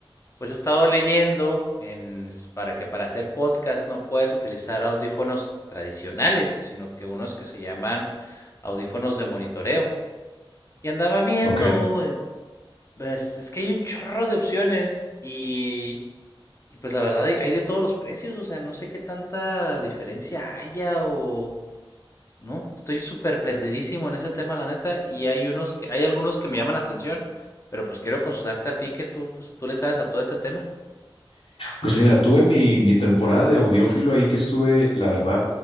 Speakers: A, on the left (about 30°); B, on the left (about 75°).
A: pues he estado leyendo en s- para que para hacer podcast no puedes utilizar audífonos tradicionales, sino que unos que se llaman audífonos de monitoreo. Y andaba viendo,
B: ok.
A: eh, pues, es que hay un chorro de opciones y y pues la verdad hay hay de todos los precios, o sea, no sé qué tanta diferencia haya o no, estoy súper perdidísimo en ese tema, la neta, y hay unos que, hay algunos que me llaman la atención, pero pues quiero consultarte a ti que tú, pues, tú le sabes a todo ese tema.
B: Pues mira, tuve mi, mi temporada de audiófilo ahí que estuve, la verdad,